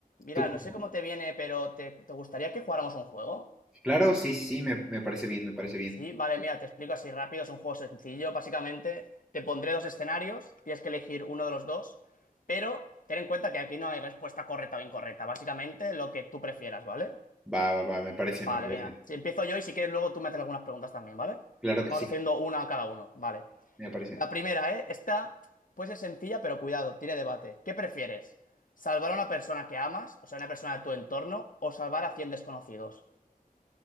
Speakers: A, on the left; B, in the centre.
A: Mira,
B: ¿Tú cómo?
A: no sé cómo te viene, pero ¿te, te gustaría que jugáramos un juego?
B: Claro, sí, sí, sí, me, me parece bien, me parece bien.
A: Sí, vale, mira, te explico así rápido, es un juego sencillo, básicamente te pondré dos escenarios, tienes que elegir uno de los dos, pero ten en cuenta que aquí no hay respuesta correcta o incorrecta, básicamente lo que tú prefieras, ¿vale?
B: Va, va, va, me parece,
A: Vale,
B: me parece.
A: venga, si empiezo yo y si quieres luego tú me haces algunas preguntas también, ¿vale?
B: Claro que
A: Vamos
B: sí,
A: haciendo una a cada uno, vale.
B: me parece.
A: La primera, ¿eh? Esta puede ser sencilla, pero cuidado, tiene debate. ¿Qué prefieres? ¿Salvar a una persona que amas, o sea, una persona de tu entorno, o salvar a 100 desconocidos?